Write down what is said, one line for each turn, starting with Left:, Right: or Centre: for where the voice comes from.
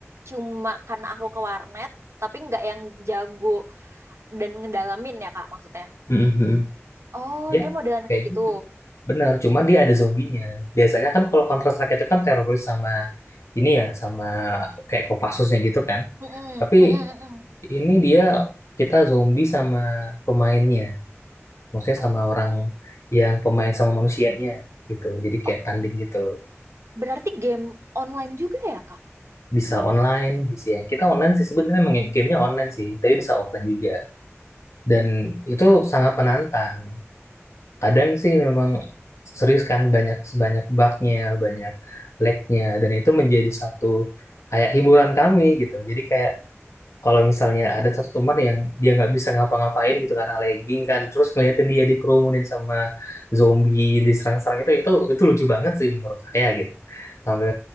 Right: cuma karena aku ke warnet tapi nggak yang jago dan ngedalamin ya kak maksudnya
Left: Mhm.
Right: oh
Left: Ya,
Right: dia modelan
Left: kayak
Right: kayak gitu
Left: gitu. Benar, cuman dia ada zombinya. Biasanya kan kalau Counter Strike itu kan teroris sama ini ya, sama kayak Kopassusnya gitu kan.
Right: Mm-mm,
Left: Tapi
Right: mm-mm, mm-mm.
Left: ini dia kita zombie sama pemainnya. Maksudnya
Right: Oh.
Left: sama orang yang pemain sama manusianya gitu. Jadi
Right: Oh,
Left: kayak tanding gitu.
Right: Berarti game online juga ya, Kak?
Left: Bisa online, bisa ya. Kita online sih sebenarnya memang gamenya online sih, tapi bisa offline juga. Dan itu sangat menantang. kadang sih memang serius kan banyak sebanyak bugnya banyak lagnya dan itu menjadi satu kayak hiburan kami gitu jadi kayak kalau misalnya ada satu teman yang dia nggak bisa ngapa-ngapain gitu karena lagging kan terus ngeliatin dia dikerumunin sama zombie diserang-serang itu itu itu lucu banget sih menurut saya gitu sampai